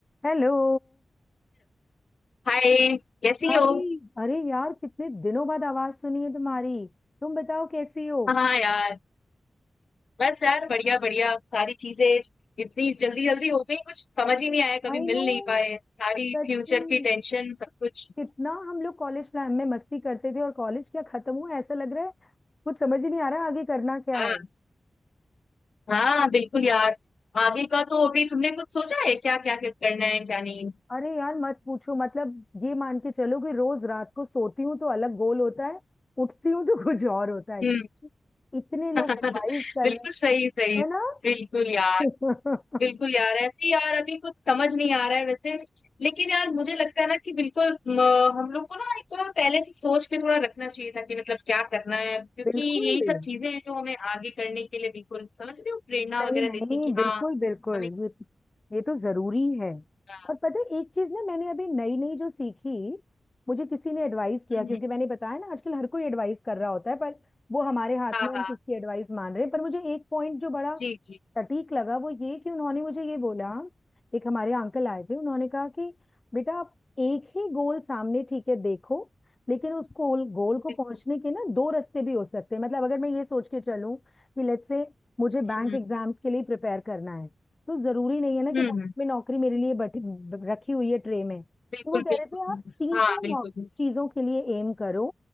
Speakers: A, on the left; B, on the left.
A: हेलो
B: हाय कैसी
A: हाय
B: हो
A: अरे यार कितने दिनों बाद आवाज सुनी है तुम्हारी तुम बताओ कैसी हो
B: हाँ यार बस यार बढ़िया बढ़िया सारी चीजें इतनी जल्दी जल्दी हो गई कुछ समझ ही नहीं आया कभी
A: I
B: मिल
A: know
B: नहीं पाए सारी
A: सच
B: फ्यूचर
A: में
B: की टेंशन सब कुछ
A: कितना हम लोग कॉलेज प्लान में मस्ती करते थे और कॉलेज क्या खत्म हुआ ऐसा लग रहा है कुछ समझ ही नहीं आ रहा आगे करना क्या
B: हाँ
A: है
B: हाँ बिल्कुल यार आगे का तो अभी तुमने कुछ सोचा है क्या क्या क्या करना है क्या नहीं
A: अरे यार मत पूछो मतलब ये मान के चलो कि रोज रात को सोती हूँ तो अलग गोल होता है उठती हूँ तो <laughs> कुछ और होता है
B: हम्म
A: कि इतने लोग
B: <laughs>
A: एडवाइस कर
B: बिल्कुल
A: रहे
B: सही
A: हैं
B: सही
A: है
B: बिल्कुल यार
A: ना
B: बिल्कुल
A: <laughs>
B: यार ऐसे ही यार अभी कुछ समझ नहीं आ रहा है वैसे लेकिन यार मुझे लगता है ना कि बिल्कुल म, हम लोग को ना एक थोड़ा पहले से सोच के थोड़ा रखना चाहिए था कि मतलब क्या करना है क्योंकि
A: बिल्कुल
B: यही सब चीजें हैं जो हमें आगे करने के लिए बिल्कुल समझ रहे हो प्रेरणा
A: नहीं
B: वगैरह
A: नहीं
B: देती है कि
A: बिल्कुल
B: हाँ
A: बिल्कुल
B: हमें
A: ये ये तो जरूरी है
B: हाँ
A: और पता है एक चीज ना मैंने अभी नई नई जो सीखी मुझे किसी ने एडवाइस किया
B: हम्म,
A: क्योंकि
B: हम्म,
A: मैंने बताया ना आजकल हर कोई एडवाइस कर रहा होता है पर वो हमारे हाथ
B: हाँ
A: में हम
B: हाँ
A: किसकी एडवाइस मान रहे हैं पर मुझे एक पॉइंट जो बड़ा
B: जी जी
A: सटीक लगा वो ये कि उन्होंने मुझे ये बोला एक हमारे अंकल आए थे उन्होंने कहा कि बेटा आप एक ही गोल सामने ठीक है देखो लेकिन उस गोल गोल को
B: बिल्कुल
A: पहुंचने के ना दो रास्ते भी हो सकते हैं मतलब अगर मैं ये सोच के चलूं कि लेट्स से मुझे बैंक
B: हम्म
A: एग्जाम्स के लिए प्रिपेयर करना है तो जरूरी नहीं है ना कि
B: हम्म
A: बैंक
B: हम्म, हम्म,
A: में नौकरी मेरे लिए बैठी ब- रखी हुई है ट्रे में तो
B: बिल्कुल
A: वो कह
B: बिल्कुल
A: रहे थे आप
B: हम्म,
A: तीन
B: हाँ
A: चार
B: बिल्कुल
A: नौ- चीजों के लिए एम करो